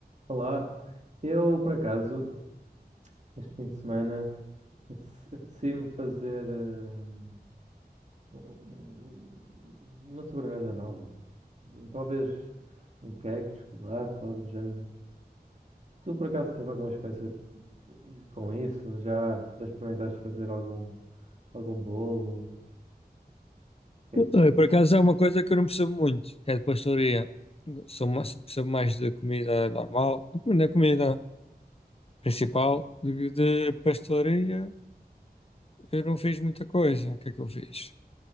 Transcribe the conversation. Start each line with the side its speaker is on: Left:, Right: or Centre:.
Right: Olá, eu por acaso, este fim de semana, apete- apetecia-me fazer eh, um- um- uma sobremesa nova. Talvez um cake de chocolate, algo do género. Tu por acaso tens alguma experiência com isso? Já, já experimentaste fazer algum, algum bolo? O Que é que...
Left: Olha, Por
Right: <laughs>
Left: acaso é uma coisa que eu não percebo muito, que é de pastoria. Sou mais, percebo mais de comida normal, da comida principal, de, de pastoria. Eu não fiz muita coisa. O que é que eu fiz?